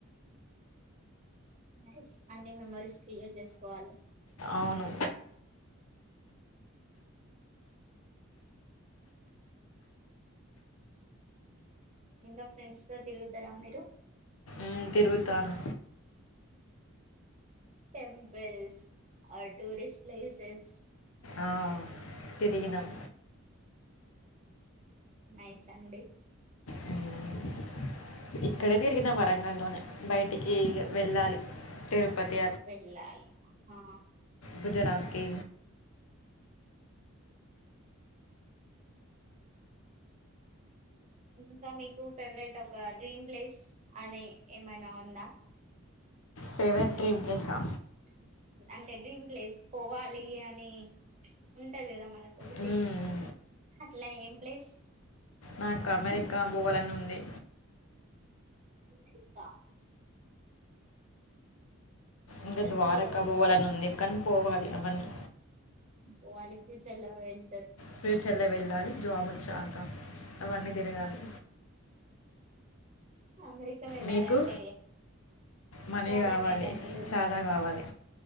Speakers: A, on the right (about 30°); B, on the left (about 80°).
A: నైస్ అన్ని మెమరీస్ క్రియేట్ చేసుకోవాలి
B: అవును
A: ఇంకా ఫ్రెండ్స్ తో తిరుగుతారా మీరు
B: హ్మ్ తిరుగుతాను
A: టెంపుల్స్ టూరిస్ట్ ప్లేసెస్
B: ఆ తిరిగినాం
A: నైస్ అండి
B: హ్మ్. ఇక్కడే తిరిగిన వరంగల్లోనే బయటికి వెళ్ళాలి తిరుపతి
A: వెళ్ళాలి హా
B: గుజరాత్ కి
A: ఇంకా మీకు ఫేవరెట్ ఒక డ్రీమ్ ప్లేస్ అని ఏమైనా ఉందా
B: ఫేవరెట్ డ్రీమ్ ప్లేసా
A: <inaudible> అంటే డ్రీమ్ ప్లేస్ పోవాలి అని, ప్చ్ ఉంటది కదా. మనకు ఒకటి
B: హ్మ్.
A: అట్లా ఏం ప్లేస్
B: నాకు అమెరికా బోవాలనీ ఉంది.
A: అమెరికా
B: ఇంకా ద్వారక్క
A: త్రోస్
B: పోవాలని ఉంది, కానీ పోవాలి అవన్నీ
A: పోవాలి ఫ్యూచర్ లో వేల్
B: ఫ్యూచర్లో వెళ్ళాలి. జాబ్ వచ్చాక అవన్నీ తిరగాలి
A: అమెరికా వెళ్ళాలంటే.
B: మీకు? మనీ
A: చాలానే
B: కావాలి,
A: డబ్బులు
B: చాలా కావాలి,